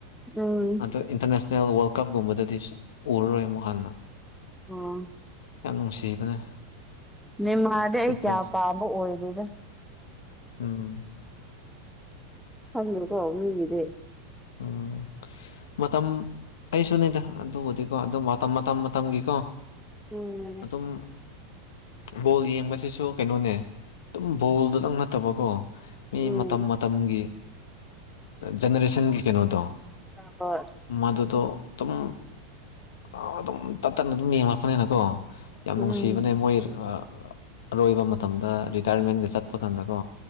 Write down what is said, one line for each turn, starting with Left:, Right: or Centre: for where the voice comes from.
Centre: ꯎꯝ
Left: ꯑꯗꯣ ꯏꯟꯇꯔꯅꯦꯁꯅꯦꯜ ꯋꯥꯔꯜ ꯀꯞꯒꯨꯝꯕꯗꯗꯤ ꯎꯔꯔꯣꯏ ꯑꯃꯨꯛ ꯍꯟꯅ
Centre: ꯎꯝ
Left: ꯌꯥꯝ ꯅꯨꯡꯁꯤꯕꯅꯦ
Centre: ꯅꯦꯃꯥꯔꯗꯤ ꯑꯩ
Left: ꯐꯨꯠꯕꯣꯜꯁꯦ
Centre: ꯀꯌꯥ ꯄꯥꯝꯕ ꯑꯣꯏꯗꯦꯗ
Left: ꯎꯝ
Centre: ꯈꯪꯗꯦꯀꯣ ꯃꯤꯒꯤꯗꯤ
Left: ꯎꯝ ꯃꯇꯝ ꯑꯩꯁꯨꯅꯤꯗ ꯑꯗꯨꯕꯨꯗꯤꯀꯣ ꯑꯗꯨ ꯃꯇꯝ ꯃꯇꯝ ꯃꯇꯝꯒꯤꯀꯣ
Centre: ꯎꯝ
Left: ꯑꯗꯨꯝ ꯕꯣꯜ ꯌꯦꯡꯕꯁꯤꯁꯨ ꯀꯩꯅꯣꯅꯦ ꯑꯗꯨꯝ ꯕꯣꯜꯗꯨꯗꯪ ꯅꯠꯇꯕꯀꯣ ꯃꯤ
Centre: ꯎꯝ
Left: ꯃꯇꯝ ꯃꯇꯝꯒꯤ ꯖꯦꯅꯦꯔꯦꯁꯟꯒꯤ ꯑꯗꯣ
Centre: ꯍꯣꯏ
Left: ꯃꯗꯨꯗꯣ ꯑꯗꯨꯝ ꯑ ꯑꯗꯨꯝ ꯇꯠꯇꯅ ꯑꯗꯨꯝ ꯌꯦꯡꯉꯛꯄꯅꯤꯅꯀꯣ ꯌꯥꯝ
Centre: ꯎꯝ
Left: ꯅꯨꯡꯁꯤꯕꯅꯦ ꯃꯣꯏ ꯑꯥ ꯑꯔꯣꯏꯕ ꯃꯇꯝꯗ ꯔꯤꯇꯥꯌꯔꯃꯦꯟꯒ ꯆꯠꯄ ꯀꯥꯟꯗꯀꯣ